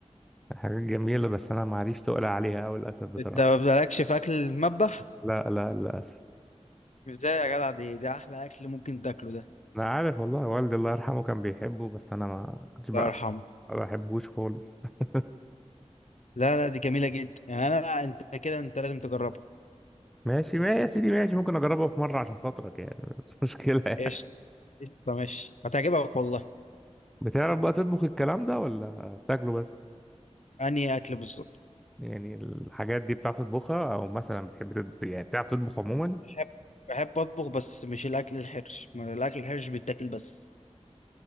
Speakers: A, in the centre; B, on the left (about 80°).
A: حاجات جميلة بس أنا معريش تقلق عليها أوي للأسف بصراحة
B: انت ما بتبقالكش في اكل المذبح
A: لا لا للأسف
B: ازاي يا جدع دي ده احلى اكل ممكن تاكله ده
A: أنا عارف والله والدي الله يرحمه كان بيحبه بس أنا ما كنتش بقى
B: الله يرحمه
A: ما بحبوش خالص <laughs>
B: لا لا دي جميله جدا يعني انا انت كده انت لازم تجربها
A: ماشي ما يا سيدي ماشي ممكن أجربها في مرة عشان خاطرك يعني مش مشكلة يعني
B: قشطه قشطه ماشي هتعجبك والله
A: بتعرف بقى تطبخ الكلام ده ولا بتاكله بس
B: انهي اكل بالظبط
A: يعني الحاجات دي بتعرف تطبخها أو مثلا بتحب تطبخ يعني بتعرف تطبخ عموما
B: بحب بحب اطبخ بس مش الاكل الحرش ما الاكل الحرش بيتاكل بس